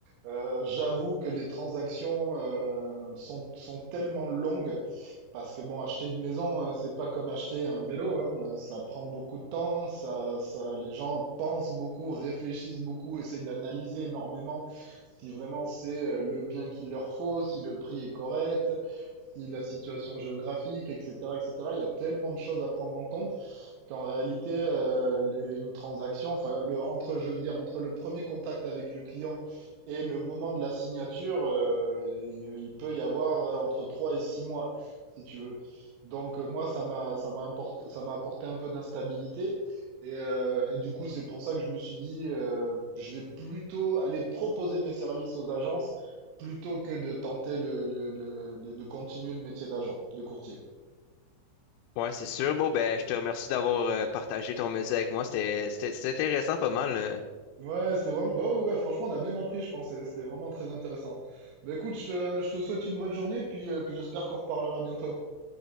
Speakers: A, on the right; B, on the left.
A: euh, j'avoue que les transactions euh, sont, sont tellement longues Parce que bon, acheter une maison, euh, c'est pas comme acheter un vélo, hein. Euh, Ça prend beaucoup de temps, ça, ça, les gens pensent beaucoup, réfléchissent beaucoup, essayent d'analyser énormément si vraiment c'est euh, le bien qu'il leur faut, si le prix est correct, aussi la situation géographique, etc., etc. Il y a tellement de choses à prendre en compte qu'en réalité, euh, les- une transaction, enfin, le, entre, je veux dire, entre le premier contact avec le client et le moment de la signature, euh, il, il peut y avoir euh, entre 3 et 6 mois, si tu veux. Donc, euh, moi, ça m'a, ça m'a apporté, ça m'a apporté un peu d'instabilité. Et, euh, et du coup, c'est pour ça que je me suis dit, euh, je vais plutôt aller proposer mes services aux agences plutôt que de tenter le, le- le- de, de continuer le métier d'agent, de courtier. tu
B: Ouais, c'est sûr.
A: vois.
B: Bon, ben, je te remercie d'avoir euh, partagé ton métier avec moi. C'était, c'était, c'était intéressant, pas mal. euh.
A: Ouais, c'était vraiment, bah ouais, ouais, franchement, on a bien appris, je pense, et c'était vraiment très intéressant. Bah écoute, je te, je te souhaite une bonne journée, puis, euh, puis j'espère qu'on reparlera bientôt.